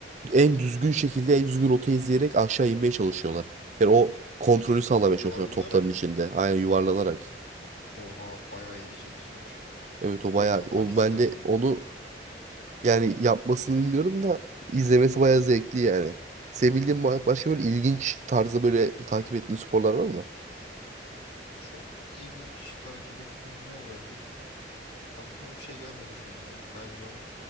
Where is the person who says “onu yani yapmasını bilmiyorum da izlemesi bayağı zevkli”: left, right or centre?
Right